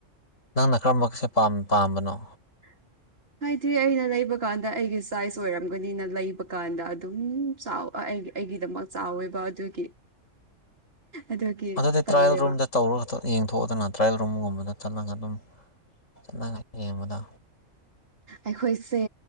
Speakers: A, on the left (about 85°); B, on the right (about 50°).
A: ꯅꯪꯅ ꯀꯔꯝꯕꯁꯦ ꯄꯥꯝꯕꯅꯣ
B: <unintelligible> ꯍꯥꯏꯗꯤ ꯑꯩꯅ ꯂꯩꯕꯀꯥꯟꯗ ꯑꯩꯒꯤ ꯁꯥꯏꯖ ꯑꯣꯏꯔꯝꯒꯅꯤꯅ ꯂꯩꯕ ꯀꯥꯟꯗ ꯑꯗꯨꯝ ꯆꯥꯎ ꯑꯩ ꯑꯩꯒꯤꯗꯃꯛ ꯆꯥꯎꯋꯦꯕ ꯑꯗꯨꯒꯤ ꯑꯗꯨꯒꯤ
A: ꯑꯗꯨꯗꯤ
B: ꯇꯜꯂꯦꯕ
A: ꯇ꯭ꯔꯥꯌꯦꯜ ꯔꯨꯝꯗ ꯇꯧꯔꯒ ꯈꯛꯇ ꯌꯦꯡꯊꯣꯛꯗꯅ ꯇ꯭ꯔꯥꯌꯦꯜ ꯔꯨꯝꯒꯨꯝꯕꯗ ꯆꯠꯂꯒ ꯑꯗꯨꯝ ꯆꯠꯂꯒ ꯌꯦꯡꯕꯗ
B: ꯑꯩꯈꯣꯏꯁꯦ